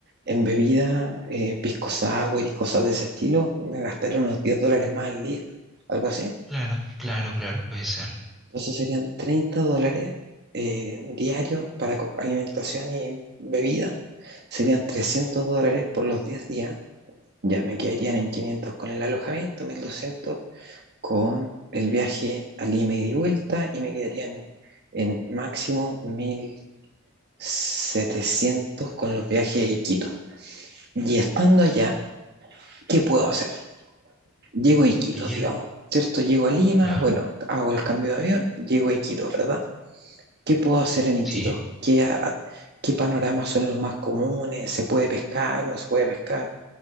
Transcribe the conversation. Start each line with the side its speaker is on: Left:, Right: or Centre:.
Right: en bebida, eh, pisco sour y cosas de ese estilo, me gastaré unos 10 dólares más al día, algo así.
Centre: Claro, claro, claro, puede ser.
Right: Entonces serían 30 dólares eh, diarios para co- alimentación y bebida, serían 300 dólares por los 10 días. Ya, me quedarían en 500 con el alojamiento, 1200 con el viaje a Lima y de vuelta y me quedarían en máximo 1700 con los viajes a Iquitos. Y estando allá, ¿qué puedo hacer? Llego a Iquitos,
Centre: Allá,
Right: digamos, ¿cierto? Llego a Lima,
Centre: ya,
Right: bueno, hago el cambio de avión, llego a Iquitos, ¿verdad? ¿Qué puedo hacer en Iquitos?
Centre: sí.
Right: ¿Qué, a- qué panoramas son los más comunes? ¿Se puede pescar? ¿No se puede pescar?